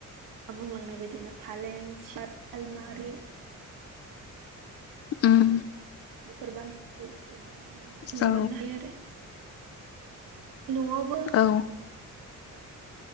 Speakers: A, on the right (about 85°); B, on the left (about 50°).
A: मा बुंलांनाय बायदिनो फालें सियार आलमारि
B: उम
A: बेफोर बानाय बानायनायखौ
B: औ
A: मोननो हायो आरो न'आव <inaudible>
B: औ